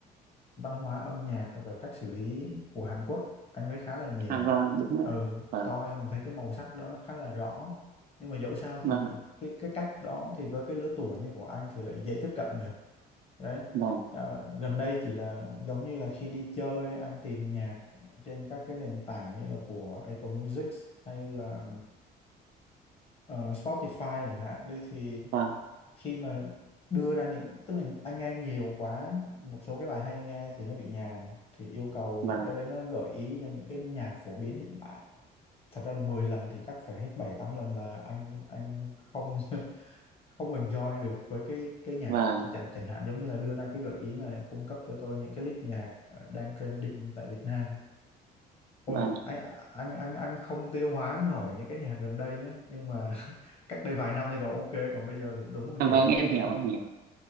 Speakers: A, on the left; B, on the right.
A: văn hóa âm nhạc rồi về cách xử lý của Hàn Quốc anh thấy khá là nhiều
B: à, vâng đúng rồi
A: ừ
B: ạ vâng
A: coi mình thấy cái màu sắc đó nó khá là rõ nhưng mà dẫu sao thì
B: vâng ạ,
A: cái cái cách đó thì với cái lứa tuổi như của anh thì lại dễ tiếp cận kìa đấy
B: vâng
A: Ờ, gần đây chỉ là giống như là khi đi chơi anh tìm nhạc trên các cái nền tảng như là của Apple Music hay là ờ, Spotify chẳng hạn đi thì
B: vâng
A: khi mà đưa ra những tức là anh nghe nhiều quá một số cái bài hay nghe thì nó bị nhàm thì yêu cầu
B: vâng
A: những cái đấy nó gợi ý cho những cái nhạc phổ biến hiện tại thật ra là 10 lần thì chắc phải hết 7 8 lần là anh anh không <laughs> không enjoy được với cái cái nhạc
B: vâng
A: chẳng chẳng hạn giống như là đưa ra cái gợi ý là cung cấp cho tôi những cái list nhạc ờ, đang trending tại Việt Nam
B: vâng
A: Ôi, anh anh anh anh không tiêu hóa nổi những cái nhạc gần đây nhá nhưng mà <laughs> cách đây vài năm thì còn ok còn bây giờ thì đúng là
B: À,
A: kiểu
B: vâng
A: không
B: em
A: biết
B: hiểu
A: là
B: em hiểu